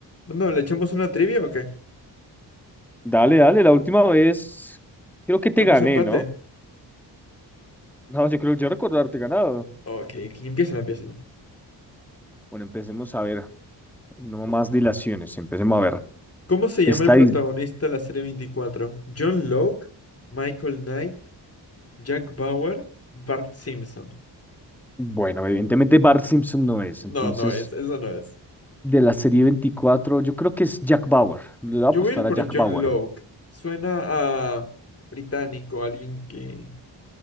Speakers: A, on the left (about 35°); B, in the centre.
A: No, ¿le echamos una trivia o qué?
B: Dale, dale, la última vez creo que te
A: ¿Digamos
B: gané,
A: empate?
B: ¿no? No, yo creo que yo recordarte ganado.
A: Ok, que empieza, empieza.
B: Bueno, empecemos a ver, no más dilaciones, empecemos a ver.
A: ¿Cómo se llama
B: Está
A: el protagonista
B: ahí,
A: de la serie 24? ¿John Locke? ¿Michael Knight? ¿Jack Bauer? ¿Bart Simpson?
B: bueno, evidentemente Bart Simpson no es, entonces
A: No, no es, eso no es.
B: de la serie 24 yo creo que es Jack Bauer. Le voy a apostar
A: Yo voy a ir por
B: a Jack
A: John
B: Bauer,
A: Locke. Suena a británico, alguien que...